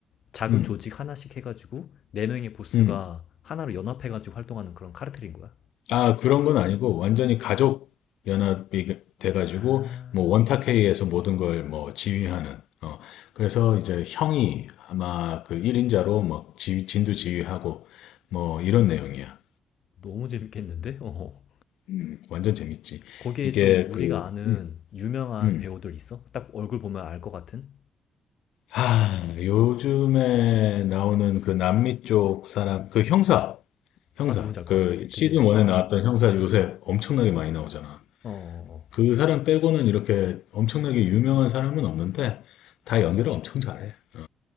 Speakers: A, on the left; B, on the left.
A: 작은
B: 음,
A: 조직 하나씩 해가지고 4명의 보스가
B: 음.
A: 하나로 연합해가지고 활동하는 그런 카르텔인 거야?
B: 아, 그런 건 아니고, 완전히 가족 연합이 돼가지고,
A: 아,
B: 뭐, 원탁회의에서 모든 걸 뭐, 지휘하는, 어, 그래서 이제 형이 아마 그 1인자로 막 지휘, 진두 지휘하고, 뭐, 이런 내용이야.
A: 너무 재밌겠는데? 어.
B: 음, 완전 재밌지.
A: 거기에
B: 이게
A: 좀 우리가
B: 그,
A: 아는
B: 음,
A: 유명한
B: 음.
A: 배우들 있어? 딱 얼굴 보면 알 것 같은?
B: 아, 요즘에 나오는 그 남미 쪽 사람, 그 형사, 형사,
A: 아, 누군지 알
B: 그
A: 것 같은데? 되게,
B: 시즌 1에
A: 어,
B: 나왔던 형사 요새 엄청나게 많이 나오잖아.
A: 어, 어, 어, 어.
B: 그 사람 빼고는 이렇게 엄청나게 유명한 사람은 없는데 다 연기를 엄청 잘해. 어,